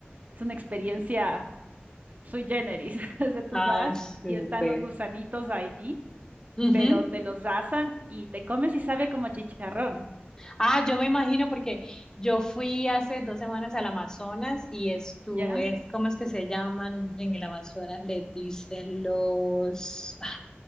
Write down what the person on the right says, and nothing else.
es una experiencia sui generis. <laughs> O sea, tú
vas
y están los gusanitos ahí,
pero te los asan y te comes y sabe como a chicharrón,
¿ya?